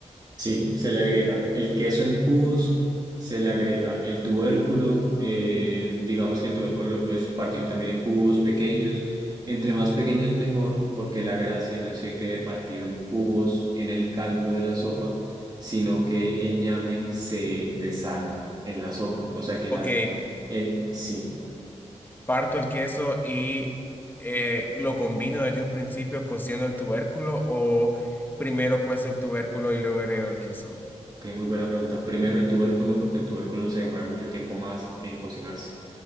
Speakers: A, on the right; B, on the left.
A: Sí, se le agrega el queso en cubos, se le agrega el tubérculo, eh, digamos que el tubérculo lo puedes partir también en cubos pequeños, entre más pequeños mejor, porque la gracia no es que quede partido en cubos en el caldo de la sopa, sino que el ñame se deshaga en la sopa, o sea que las,
B: Ok,
A: el, sí,
B: parto el queso y eh, lo combino desde un principio cociendo el tubérculo o primero cuezo el tubérculo y luego agrego el queso.
A: que muy buena pregunta. Primero el tubérculo, porque el tubérculo se demora mucho tiempo más en cocinarse.